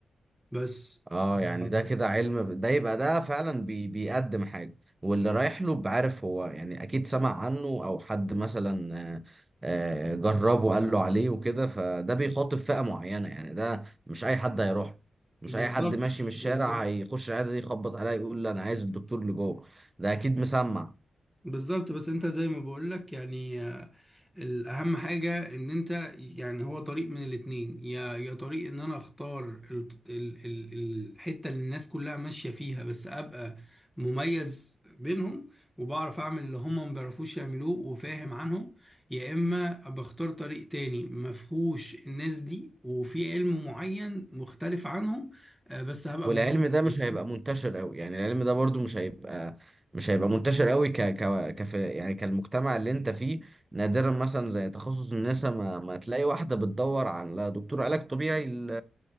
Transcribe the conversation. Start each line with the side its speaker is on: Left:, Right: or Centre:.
Centre: بس
Right: اه
Centre: ف-
Right: يعني ده كده علم ب- ده يبقى ده فعلا بي بيقدم حاجه واللي رايح له بعرف هو يعني اكيد سمع عنه او حد مثلا آه، آه، جربه قال له عليه وكده فده بيخاطب فئه معينه يعني ده مش اي حد هيروح له. مش
Centre: بالظبط
Right: اي حد ماشي من الشارع
Centre: بالظبط
Right: هيخش العياده دي يخبط عليا يقول لي انا عايز الدكتور اللي جوه ده اكيد مسمع
Centre: بالظبط بس انت زي ما بقولك يعني آه، الاهم حاجة ان انت يعني هو طريق من الاتنين يا يا طريق ان انا اختار ال ال ال الحتة اللي الناس كلها ماشية فيها بس ابقى مميز بينهم وبعرف اعمل اللي هما ما بيعرفوش يعملوه وفاهم عنهم يا اما بختار طريق تاني ما فيهوش الناس دي وفي علم معين مختلف عنهم آه، بس هبقى
Right: والعلم
Centre: مميز
Right: ده مش
Centre: فيه
Right: هيبقى
Centre: فاهم
Right: منتشر قوي يعني العلم ده برضو مش هيبقى مش هيبقى منتشر قوي ك ك كف يعني كالمجتمع اللي انت فيه نادرا مثلا زي تخصص النساء ما, ما تلاقي واحدة بتدور على دكتور علاج طبيعي ل...